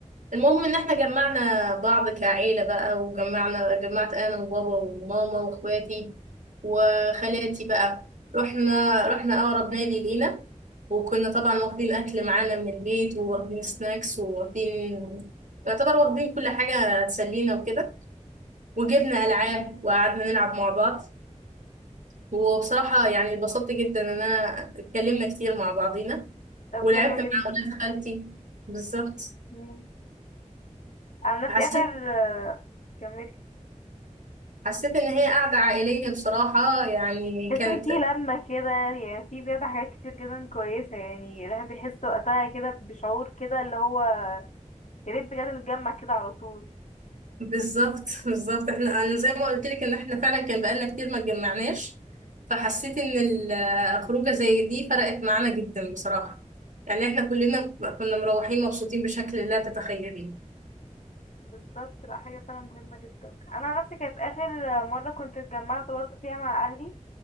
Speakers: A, on the right; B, on the left.
A: المهم ان احنا جمعنا بعض كعيلة بقى وجمعنا جمعت انا وبابا وماما واخواتي وخالاتي بقى رحنا رحنا اقرب نادي لينا وكنا طبعا واخدين اكل معانا من البيت وواخدين سناكس وواخدين يعتبر واخدين كل حاجة تسلينا وكده وجبنا العاب وقعدنا نلعب مع بعض وبصراحة يعني اتبسطت جدا ان انا اتكلمنا كتير مع بعضينا
B: طب
A: ولعبت
B: حلو
A: مع ولاد خالتي بالظبط
B: جدا عن نفسي
A: حسيت
B: اخر آه، كملت
A: حسيت ان هي قعده عائليه بصراحه يعني
B: تحس
A: كانت
B: ان في لمة كده يعني في بجد حاجات كتير جدا كويسة يعني الواحد بيحس وقتها كده بشعور كده اللي هو يا ريت بجد نتجمع كده على طول
A: بالظبط بالظبط احنا انا زي ما قلت
B: <laughs>
A: لك ان احنا فعلا كان بقالنا كتير ما اتجمعناش فحسيت ان الخروجه زي دي فرقت معانا جدا بصراحه يعني احنا كلنا كنا مروحين مبسوطين بشكل لا تتخيليه
B: بالظبط لا حاجة فعلا مهمة جدا أنا عن نفسي كانت آخر آه، مرة كنت اتجمعت برضه فيها مع أهلي